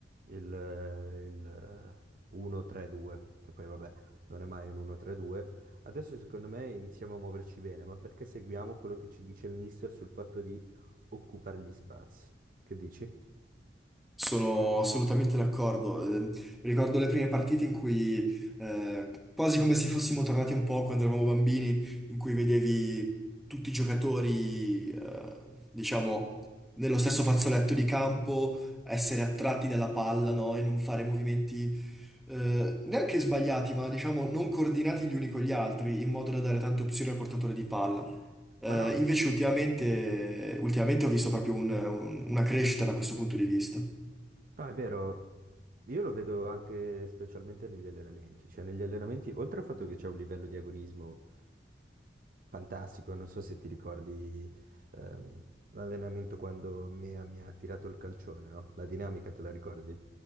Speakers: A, on the right; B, in the centre.
A: il, eh, il 1-3-2, che poi vabbè, non è mai un 1-3-2. Adesso secondo me iniziamo a muoverci bene, ma perché seguiamo quello che ci dice il mister sul fatto di occupare gli spazi? Che dici?
B: Sono assolutamente d'accordo. Eh, Ricordo le prime partite in cui, eh, quasi come se fossimo tornati un po' quando eravamo bambini, in cui vedevi tutti i giocatori, eh, diciamo, nello stesso fazzoletto di campo, essere attratti dalla palla, no? E non fare movimenti, eh, neanche sbagliati, ma diciamo non coordinati gli uni con gli altri, in modo da dare tante opzioni al portatore di palla. Eh,
A: Ma no,
B: invece ultimamente, ultimamente ho visto proprio un- un- una crescita da questo punto di vista.
A: no, è vero, Io lo vedo anche specialmente negli allenamenti, cioè negli allenamenti, oltre al fatto che c'è un livello di agonismo fantastico, non so se ti ricordi ehm, l'allenamento quando Mea mi ha tirato il calcione, no? La dinamica te la ricordi?